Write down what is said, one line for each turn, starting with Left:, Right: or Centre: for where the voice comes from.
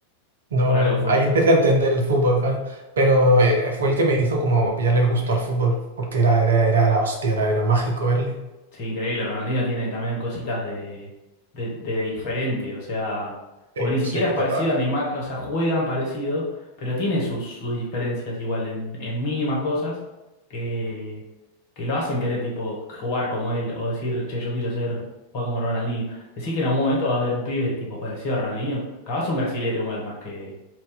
Right: No,
Left: por algo fue.
Right: ahí empecé a entender el fútbol, claro. Pero eh, fue el que me hizo como pillarle el gusto al fútbol, porque era, era, era, era hostia, era, era mágico verle.
Left: Sí, increíble. Ronaldinho tiene también cositas de, de, de diferente, o sea, porque
Right: Sí,
Left: ni siquiera
Right: sí,
Left: es parecido
Right: total.
Left: a Neymar, o sea, juegan parecido, pero tiene sus, sus diferencias igual en, en mínimas cosas que, que lo hacen querer, tipo, jugar como él o decir, che, yo quiero ser, jugar como Ronaldinho. Decir que en algún momento va a haber un pibe tipo parecido a Ronaldinho, capaz un brasilero igual más que